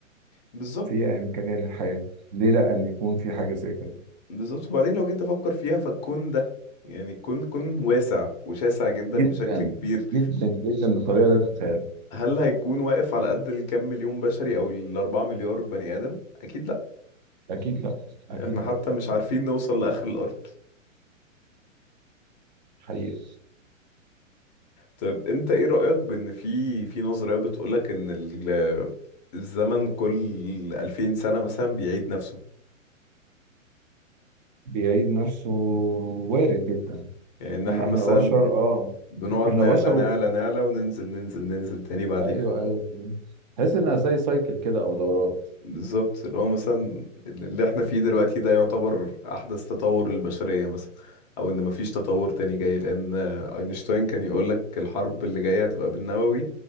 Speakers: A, on the left; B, on the right.
A: بالظبط
B: فيها امكانيه للحياه ليه لا ان يكون في حاجه زي كده
A: بالظبط وبعدين لو جيت افكر فيها فالكون ده يعني كون كون واسع وشاسع جدا
B: جدا
A: بشكل كبير
B: جدا جدا بطريقه لا تتخيل
A: هل هيكون واقف على قد الكم مليون بشري او الاربعة مليار بني ادم اكيد لا
B: اكيد لا اكيد
A: احنا
B: لا
A: حتى مش عارفين نوصل لآخر الأرض
B: حقيقه
A: طيب انت ايه رأيك بان في في نظرية بتقولك ان ال- الزمن كل 2000 سنة مثلا بيعيد نفسه
B: بيعيد نفسه وارد جدا
A: يعني ان
B: ما
A: احنا
B: احنا
A: مثلا
B: بشر اه
A: بنقعد
B: احنا
A: نعلى
B: بشر
A: نعلى
B: و...
A: نعلى وننزل ننزل ننزل تاني بعديها
B: ايوه ايوه تحس انها زي سايكل كده او دورات
A: بالظبط اللي هو مثلا اللي احنا فيه دلوقتي ده يعتبر أحدث تطور للبشرية مثلا او ان مفيش تطور تاني جاي لان اينشتاين كان يقولك الحرب اللي جاية هتبقى بالنووي